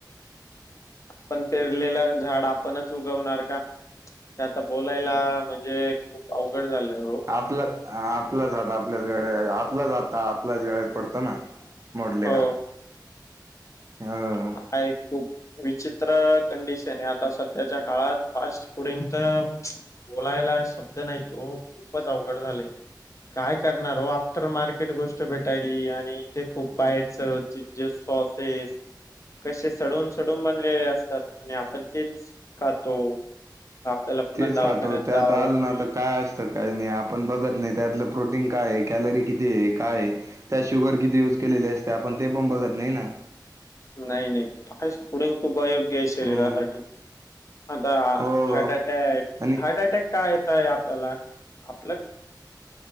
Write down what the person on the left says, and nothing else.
आपण पेरलेलं झाड आपणच उगवणार का? ते आता बोलायला म्हणजे, खूप अवघड झालंय हो.
हो,
I Q. विचित्र कंडिशनय, आता सध्याच्या काळात. फास्ट फुडिंग त <unintelligible> बोलायला, शब्द नाही ओ. खूपच अवघड झालय. काय करणार ओ. आफ्टर मार्केट गोष्ट भेटायली. आणि ते खूप बाहेरच जे सॉसेस, कसे सडून - सडून बनलेले असतात. आणि आपण तेच खातो. आपल्याला, पुन्हा
दवाखान्यात
जाव
लागतं.
<unintelligible>
नाही - नाही. फास्ट फुडींग खूप अयोग्यय शरीरासाठी.
आता
हार्टअटॅट.
हार्टअटॅक, का येताय आपल्याला? आपलं